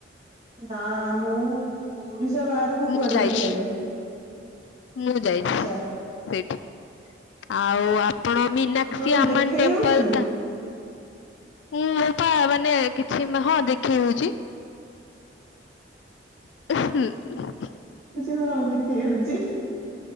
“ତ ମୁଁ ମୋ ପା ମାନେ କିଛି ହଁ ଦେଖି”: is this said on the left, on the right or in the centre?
Left